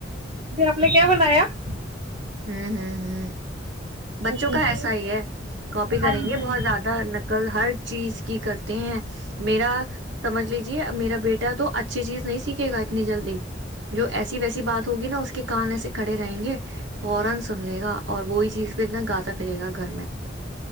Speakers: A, on the right (about 30°); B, on the right (about 75°).
A: آپ نے کیا بنایا <inaudible>
B: ہم ہم ہم ہم بچوں
A: ایسے
B: کا ایسا ہی ہے کاپی کریں
A: ہاں
B: گے
A: جی
B: بہت زیادہ نقل ہر چیز کی کرتے ہیں میرا سمجھ لیجیے میرا بیٹا تو اچھی چیز نہیں سیکھے گا اتنی جلدی جو ایسی ویسی بات ہوگی نا اس کے کان میں سے کھڑے رہیں گے فورا سن لے گا اور وہی چیز پھرنا گاتا پھرے گا گھر میں